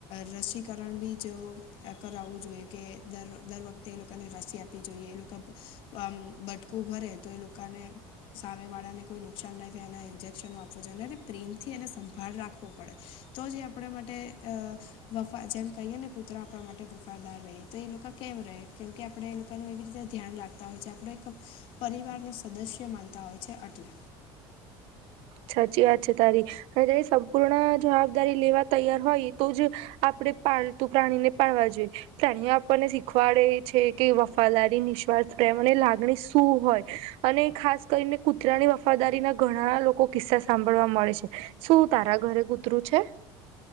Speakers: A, on the left (about 65°); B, on the right (about 70°).
A: રસીકરણ બી જો કરાવવું જોઈએ કે દ દર વખતે એ લોકોને રસી આપ જોઈએ એ લોકો આમ બટકું ભરે તો એ લોકોને સામે વાળા ને કોઈ નુકસાન ના થાય એના ઇન્જેક્શનો આપવો જોઈએ ને એટલે પ્રેમ થી એને સંભાળ રાખવો પડે તો જે આપણા માટે અ વફા જેમ કહીએ ને કૂતરો આપણા માટે વફારદાર રહે તો એ લોકો કેમ રહે કેમ કે આપડણે એ લોકોનું એવી રીતે ધ્યાન રાખતા હોય છે આપડે એક પરિવારના સદસ્ય માનતા હોય છે એટલે
B: સાચી વાત છે તારી અને તેની સંપૂર્ણ જવાબદારી લેવા તૈયાર હોય તો જ આપણે પાળતું પ્રાણીને પાળવા જોઈએ પ્રાણીઓ આપણને શીખવાડે છે. કે વફાદારી નિસ્વાર્થ પ્રેમ અને લાગણી શું હોય. અને ખાસ કરીને કૂતરાની વફાદારીના ઘણા લોકો કિસ્સા સાંભળવા મળે છે શું તારા ઘરે કૂતરું છે?